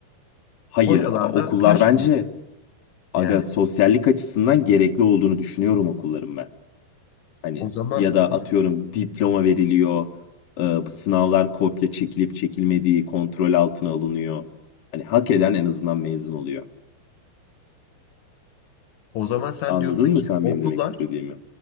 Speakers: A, on the left; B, on the left.
A: Hayır,
B: Hocalar
A: okullar
B: da taş
A: bence
B: gibi
A: aga
B: yani.
A: sosyallik açısından gerekli olduğunu düşünüyorum okulların ben. Hani
B: O zaman
A: ya da
B: sen,
A: atıyorum diploma veriliyor, e, bu sınavlar kopya çekilip çekilmediği kontrol altına alınıyor. Hani hak eden en azından mezun oluyor.
B: o zaman sen
A: Anladın
B: diyorsun ki
A: mı sen
B: okullar
A: benim demek istediğimi?